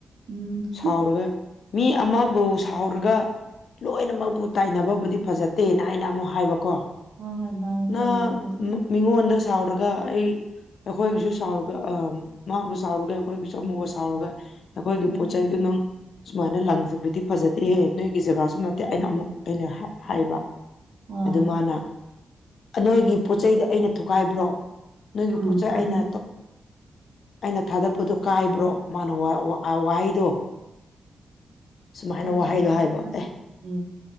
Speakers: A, on the right; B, on the left.
A: ꯎꯝ
B: ꯁꯥꯎꯔꯒ ꯃꯤ ꯑꯃꯕꯨ ꯁꯥꯎꯔꯒ ꯂꯣꯏꯅꯃꯛꯕꯨ ꯇꯥꯏꯅꯕꯕꯨꯗꯤ ꯐꯖꯠꯇꯦꯅ ꯑꯩꯅ ꯑꯃꯨꯛ ꯍꯥꯏꯕꯀꯣ
A: ꯍꯣꯏ ꯍꯣꯏ ꯃꯥꯅꯦ
B: ꯅ
A: ꯆꯨꯝꯃꯦ ꯑꯗꯨꯁꯨ
B: ꯃꯉꯨ ꯑꯗ ꯁꯥꯎꯔꯒ ꯑꯩ ꯑꯩꯈꯣꯏꯒꯤꯁꯨ ꯁꯥꯎꯔꯒ ꯑ ꯃꯥꯕꯨ ꯁꯥꯎꯔꯒ ꯑꯩꯈꯣꯏꯒꯤꯁꯨ ꯆꯃꯨꯒ ꯁꯥꯎꯔꯒ ꯑꯩꯈꯣꯏꯒꯤ
A: ꯎꯝ
B: ꯄꯣꯠ ꯆꯩꯗꯨ ꯅꯪ ꯁꯨꯃꯥꯏꯅ ꯂꯪꯁꯤꯕꯗꯤ ꯐꯖ ꯅꯠꯇꯦꯍꯦ ꯅꯣꯏꯒꯤ ꯖꯒꯥꯁꯨ ꯅꯠꯇꯦ ꯑꯩꯅ ꯑꯃꯨꯛ ꯑꯩꯅ ꯍꯥꯏꯕ
A: ꯑꯣ
B: ꯑꯗꯨ ꯃꯥꯅ ꯅꯣꯏꯒꯤ ꯄꯣꯠ ꯆꯩꯗ ꯑꯩꯅ ꯊ ꯊꯣꯛꯈꯥꯏꯕ꯭ꯔꯣ ꯅꯣꯏꯒꯤ
A: ꯑ
B: ꯄꯣꯠ ꯆꯩꯩ
A: ꯆꯨꯝꯃꯤ
B: ꯑꯩꯅ ꯑꯩꯅ ꯊꯥꯗꯄꯗꯣ ꯀꯥꯏꯕ꯭ꯔꯣ ꯃꯥꯅ ꯋꯥꯍꯩꯗꯣ ꯁꯨꯃꯥꯏꯅ
A: ꯌꯥꯝ
B: ꯋꯥꯍꯩꯗꯣ
A: ꯐꯖꯕ
B: ꯍꯥꯏꯕ
A: ꯉꯥꯡꯗꯣ
B: ꯑꯦ
A: ꯎꯝ